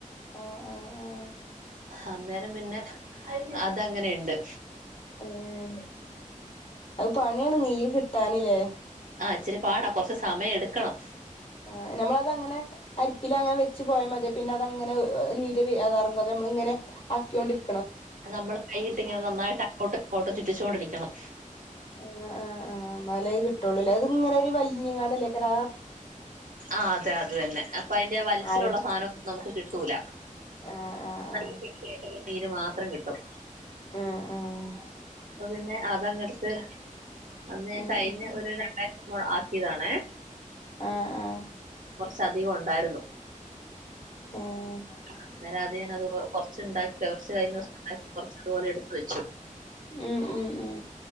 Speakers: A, on the left; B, on the right.
A: ആഹ് ആഹ് ആഹ്
B: അന്നേരം പിന്നെ അതങ്ങനെയുണ്ട്
A: ആഹ് അത് പണിയാണ് നീര് കിട്ടാനില്ലേ
B: ആ ഇച്ചിരി പാടാ കൊർച്ച് സമയം എടുക്കണം
A: ആഹ് നമ്മളത് അങ്ങനെ അരിപ്പിലങ്ങനെ വെച്ചു പോയാ മതിയോ പിന്നതങ്ങനെ വ് വ് നീര് വി അതെർഗോ അത് മ്മളിങ്ങനെ ആക്കീയോണ്ടിരി
B: നമ്മള് കൈയിട്ടിങ്ങനെ നന്നായിട്ട് അക്കോട്ടും ഇക്കോട്ടും ചുറ്റിച്ചുകോണ്ടിരിക്കണം
A: ആഹ് ആഹ് ആഹ് അന്നാലേ കിട്ടുള്ളൂല്ലേ അതിങ്ങനെ ഒരു വലിഞ്ഞിങ്ങ ണ്ടല്ലേ ല്ലേക്കര
B: ആ അതെ അത് തന്നെ അപ്പൊ അയിന്റെ ആ വലിച്ചിലൊള്ള
A: ആര്
B: സാധനം നമുക്ക് കിട്ടൂല
A: ആഹ് ആഹ്
B: നല്ല പെഷ്യാട്ടുള്ള മീന് മാത്രം കിട്ടും
A: ആഹ് ആഹ്
B: അപ്പൊ പിന്നെ അതങ്ങെടുത്ത് അന്ന് ഞാൻ
A: ഉം
B: കയിഞ്ഞ്
A: ഉം
B: ഒരു രണ്ടാഴ്ച പ്പോൾ ആക്കിയതാണെ
A: ആഹ് ആഹ്
B: ശ്ശധികം ഒണ്ടാരുന്നു
A: ഏഹ്
B: അന്നരം അതീന്നതുപോ കൊറച്ചുണ്ടാക്കി കൊറച്ച് കഴിഞ്ഞ ദോസൊണ്ടാക്കി കൊറച്ചതുപോലെ എടുത്തു വച്ചു
A: ഊംഊംഊം